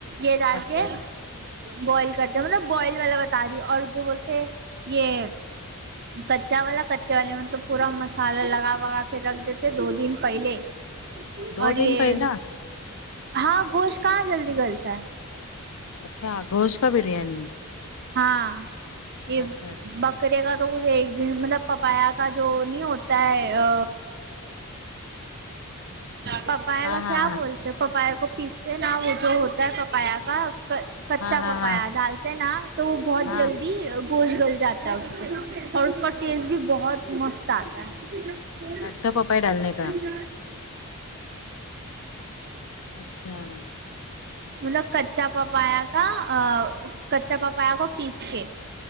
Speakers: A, on the right; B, on the left.
A: یے دال
B: اچھا
A: کے
B: اچھا
A: بوائل کرتے ہیں مطلب بوائل والا بتا رہی ہو اور جو بولتے یے کچا والا کچے والے میں تو پورا مسالہ لگا وگا کے رکھ دیتے دو دن پہلے
B: دو
A: اور
B: دن
A: یے
B: پہلا
A: ہاں گوشت کہاں جلدی گلتا ہے
B: اچھا گوشت کا بریانی
A: ہاں یے
B: اچھا اچھا
A: بک کرے گا تو ایک دن مطلب پپایا کا جو نہیں ہوتا ہے آ پپایا
B: ہاں
A: کا کیا
B: ہاں
A: بولتے پپایا کو پیستے نا وہ جو ہوتا ہے پپایا کا کا کچا
B: ہاں ہاں
A: پپایا
B: ہاں
A: ڈالتے نا تو وہ بہت
B: ہاں
A: جلدی
B: ہاں
A: گوشت گل جاتا ہے اس سے اور اس کا ٹیسٹ بھی بہت مست آتا ہے
B: کچھا پپائی ڈالنے کا
A: <unintelligible>
B: اچھا
A: مطلب کچا پپایا کا کچا پپایا کو پیس کے